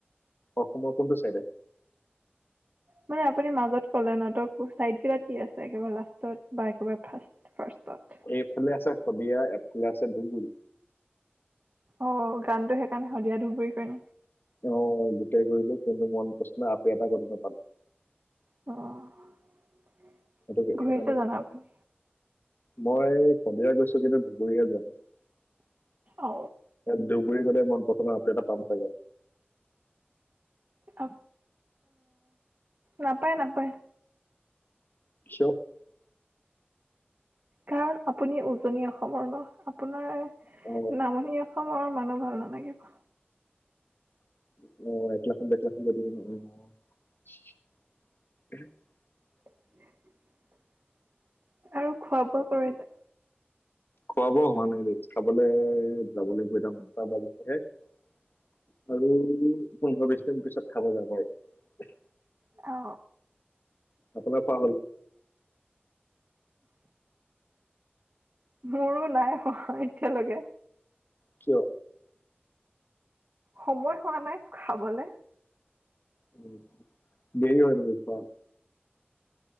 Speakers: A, on the left; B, on the right.
A: অসমৰ কোনটো চাইডে?
B: মানে আপুনি মাজত ক'লে ন? ত' চাইড কেইটাত কি আছে? একেবাৰে লাষ্টত বা একেবাৰে ফাৰ্ষ্ট ফাৰ্ষ্টত
A: এইফালে আছে শদিয়া ফালে আছে ধুবুৰী
B: অ', গানটো সেইকাৰণে শদিয়া, ধুবুৰী <unintelligible>
A: অ', গোটেই ঘূৰিলোঁ কিন্তু মন পচন্দৰ আপি এটা ক'তো নাপালো।
B: অ'।
A: মইটো সেইকাৰণে
B: ঘূৰিছে জানো আপুনি
A: মই শদিয়া গৈছো কিন্তু ধুবুৰীহে যোৱা নাই।
B: অ
A: ধুবুৰী গ'লে মন পচন্দৰ আপি এটা পাম চাগে।
B: অ', নাপায়, নাপায়।
A: <unintelligible>
B: কাৰণ আপুনি উজনি অসমৰ ন' আপোনাৰ
A: অ
B: নামনি অসমৰ মানুহ ভাল নালাগিব।
A: অ', <unintelligible> অ'।
B: উ <unintelligible> আৰু খোৱা বোৱা কৰিলে
A: খোৱা বোৱা হোৱা নাই দেই খাবলৈ যাব লাগিব <unintelligible> আৰু পোন্ধৰ বিশ মিনিট পিছত খাব যাম আৰু
B: অ
A: আপোনাৰ খোৱা হ'ল
B: মোৰো নাই হোৱা, এতিয়ালৈকে।
A: কিয়?
B: সময় হোৱা নাই, খাবলে
A: উম--দেৰি হয় নেকি খোৱা